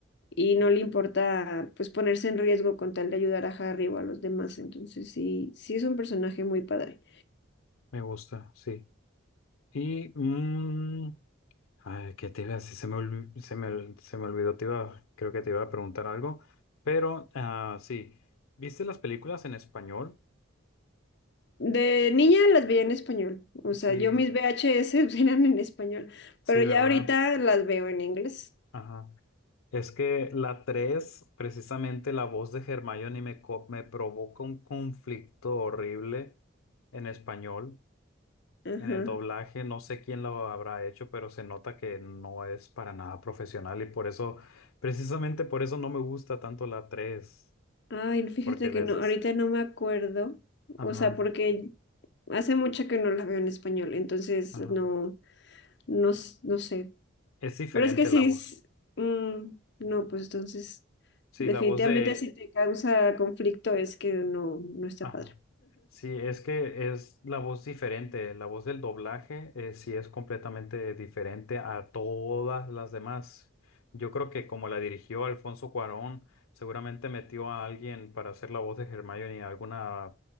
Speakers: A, on the left; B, on the left.
A: y no le importa pues ponerse en riesgo con tal de ayudar a Harry o a los demás. Entonces sí, sí es un personaje muy padre.
B: me gusta, sí. Y... mm, Ay, ¿qué te iba a decir? Se me, olvi- se me, ol- se me olvidó, te iba, creo que te iba a preguntar algo, pero ah, sí, ¿viste las películas en español?
A: De niña las veía en español, o
B: Sí,
A: sea, yo mis VHS <laughs> eran en español,
B: sí,
A: pero
B: ¿verdad?
A: ya ahorita las veo en inglés.
B: Ajá. Es que la 3 precisamente la voz de Hermione me, co- me provoca un conflicto horrible en español,
A: Ajá.
B: en el doblaje, no sé quién lo habrá hecho, pero se nota que no es para nada profesional y por eso, precisamente por eso no me gusta tanto la tres
A: Ay, fíjate
B: Porque les,
A: que no, ahorita no me acuerdo,
B: Ajá,
A: o sea, porque hace mucho que no la veo en español, entonces
B: ajá.
A: no, no, s- no sé.
B: Es diferente
A: Pero es que sí,
B: la voz.
A: es- mm, no, pues entonces,
B: Sí,
A: definitivamente
B: la voz de...
A: si te causa conflicto es que no, no está
B: Ajá.
A: padre.
B: Sí, es que es la voz diferente. La voz del doblaje eh, sí es completamente diferente a todas las demás. Yo creo que como la dirigió Alfonso Cuarón, seguramente metió a alguien para hacer la voz de Hermione, alguna